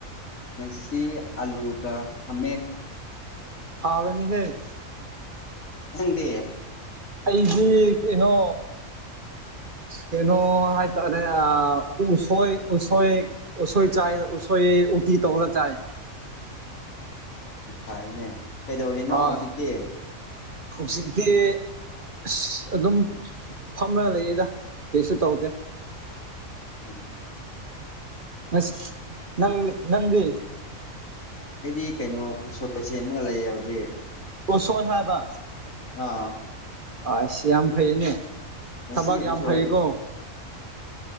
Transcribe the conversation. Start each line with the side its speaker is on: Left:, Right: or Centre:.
Left: ꯉꯁꯤ ꯑꯂꯨꯒ ꯈꯥꯃꯦꯟ꯫
Right: ꯐꯥꯎꯔꯅꯤ ꯍꯦ꯫
Left: ꯅꯪꯗꯤ?
Right: ꯑꯩꯗꯤ ꯀꯩꯅꯣ, ꯀꯩꯅꯣ ꯍꯥꯏꯇꯥꯔꯦ ꯑ ꯎꯁꯣꯏ ꯎꯁꯣꯏ, ꯎꯁꯣꯏ ꯆꯥꯏꯗ ꯎꯁꯣꯏ ꯎꯇꯤ ꯇꯧꯔꯒ ꯆꯥꯏ꯫
Left: ꯐꯔꯤꯅꯦ, ꯀꯩꯗꯧꯔꯤꯅꯣ
Right: ꯍꯣꯏ
Left: ꯍꯧꯖꯤꯛꯇꯤ?
Right: ꯍꯧꯖꯤꯛꯇꯤ ꯑꯁ ꯑꯗꯨꯝ, ꯐꯝꯂꯒ ꯂꯩꯌꯦꯗ ꯀꯩꯁꯨ ꯇꯧꯗꯦ
Left: ꯎꯝ
Right: <unintelligible>
Left: ꯑꯩꯗꯤ ꯀꯩꯅꯣ ꯎꯁꯣꯏ ꯁꯦꯝꯃꯒ ꯂꯩꯌꯦ ꯍꯧꯖꯤꯛ
Right: ꯎꯁꯣꯏ ꯍꯥꯏꯕ
Left: ꯑꯥ
Right: ꯑꯥꯏꯁ‌ ꯌꯥꯝ ꯐꯩꯌꯦꯅꯦ
Left: ꯉꯁꯤ
Right: ꯊꯕꯛ ꯌꯥꯝ
Left: ꯎꯁꯣꯏ
Right: ꯐꯩꯀꯣ